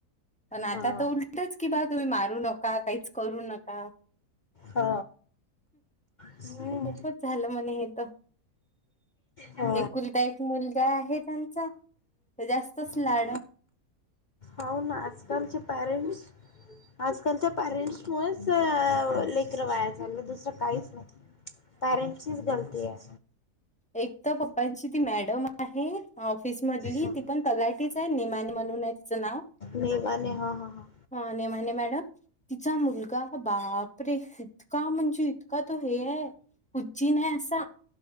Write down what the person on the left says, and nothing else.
हा
हा, हम्म.
ह,
हो. हाव ना, आजकालचे पॅरेंट्स. आजकालच्या पॅरेंट्स मुळेच चित्र वाया चाललं, दुसरं काहीच नाही पॅरेंट्चीच गलती आहे.
हो
निमाणी हा हा हा.